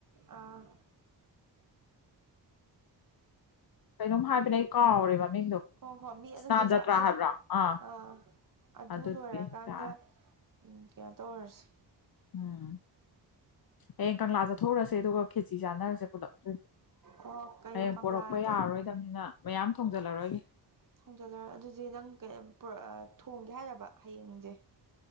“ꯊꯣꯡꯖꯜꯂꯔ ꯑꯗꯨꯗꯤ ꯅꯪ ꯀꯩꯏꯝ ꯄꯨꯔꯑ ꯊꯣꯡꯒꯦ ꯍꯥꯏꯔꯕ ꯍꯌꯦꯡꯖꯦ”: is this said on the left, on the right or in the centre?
Right